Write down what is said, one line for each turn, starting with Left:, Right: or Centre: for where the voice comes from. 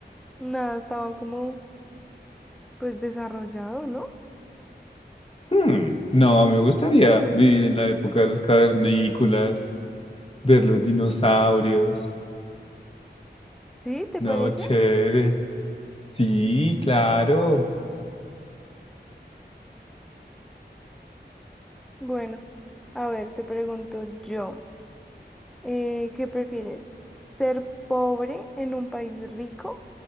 Centre: nada estaba como pues desarrollado, ¿no?
Left: Hmm, No, me gustaría vivir en la época de los cavernícolas, ver los dinosaurios.
Centre: ¿Sí? ¿Te
Left: No,
Centre: parece?
Left: chévere. Sí, claro.
Centre: Bueno, a ver, te pregunto yo, eh, ¿qué prefieres? ¿Ser pobre en un país rico